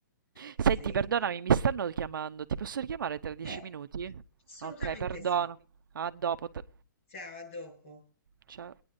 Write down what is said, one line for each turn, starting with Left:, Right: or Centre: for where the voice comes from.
Left: Sì,
Right: Senti, perdonami, mi stanno chiamando, ti posso richiamare tra dieci
Left: Eh,
Right: minuti?
Left: assolutamente
Right: Ok, perdono.
Left: sì.
Right: A dopo. te-
Left: Ciao, a dopo.
Right: Ciao.